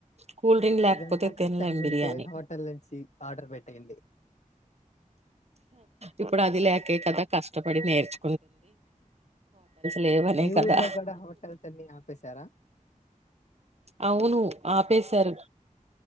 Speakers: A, on the right; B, on the left.
A: కూల్ డ్రింక్ లేకపోతే
B: ఇదంతా కష్టంగా
A: తినలేం బిర్యానీ
B: ఉంటే హోటల్ నుంచి ఆర్డర్ పెట్టేయండి
A: ఇప్పుడు అది లేకే కదా కష్టపడి నేర్చు లేవనే
B: మీ
A: కదా
B: ఊర్లో కూడా హోటల్స్ అన్ని ఆపేశారా
A: అవును ఆపేశారు